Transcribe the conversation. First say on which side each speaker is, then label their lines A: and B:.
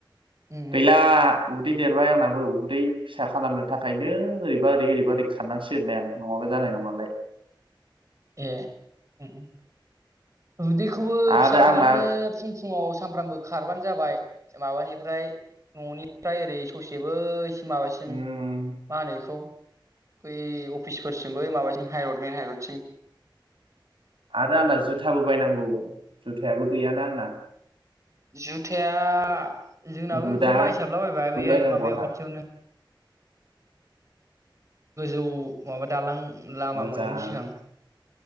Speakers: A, on the right; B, on the right.
A: उम
B: गैला
A: उम
B: उदै देरबाय आंनाबो उदै फिसा खालामनो थाखायनो ओरैबा ओरै ओरैबा ओरै खारनांसिगोनलाय आं नङाबा जानाय नङालाय
A: ए <unintelligible> <unintelligible> खौबो
B: आरो
A: फिसा खालामनो
B: आंना
A: फुं फुङाव सामफ्रामबो खारबानो जाबाय माबानिफ्राय ननिफ्राय ओरै ससे बै सिम माबासिम
B: उम
A: मा होनो बेखौ बै अफिसफोरसिम बै माबासिम हाइरड मेन हाइरड सिम
B: आरो आंना जुथाबो बायनांगौ जुथायाबो गैयाना आंना
A: जुथाया जोंनाबो
B: बुटआ
A: बिदिनो बायसाबलाबाय
B: बुट
A: बैहाय
B: बायनांगौ
A: माबायाव
B: आंहा
A: खाथियावनो। गोजौ माबा दालां लामा
B: मोजां
A: मोननि सिगां